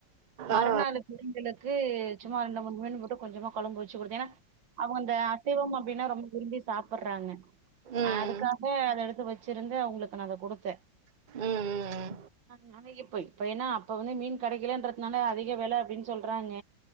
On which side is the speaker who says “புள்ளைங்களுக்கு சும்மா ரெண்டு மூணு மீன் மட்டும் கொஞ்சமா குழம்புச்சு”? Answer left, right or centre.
Right